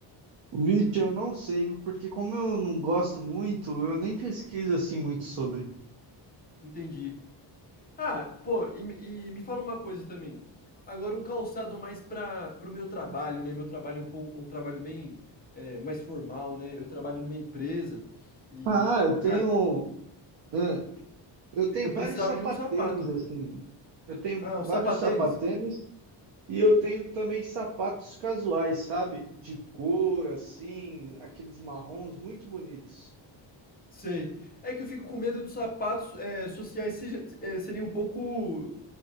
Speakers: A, on the right; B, on the left.
A: Vixe, eu não sei, viu? porque como eu não gosto muito, eu nem pesquiso assim muito sobre.
B: Entendi. Ah, pô, e, me e me fala uma coisa também. Agora um calçado mais para para o meu trabalho, né? Meu trabalho é um pouco um trabalho bem eh, mais formal, né? Eu trabalho numa empresa e,
A: Ah, eu tenho,
B: cara,
A: ah, eu tenho
B: eu precisava
A: vários sapatênis
B: de um sapato.
A: assim. Eu tenho
B: Ah, o
A: vários
B: sapatênis?
A: sapatênis e eu tenho também sapatos casuais, sabe? De couro assim, aqueles marrons muito bonitos.
B: Sei. É que eu fico com medo dos sapatos eh, sociais seja, eh, serem um pouco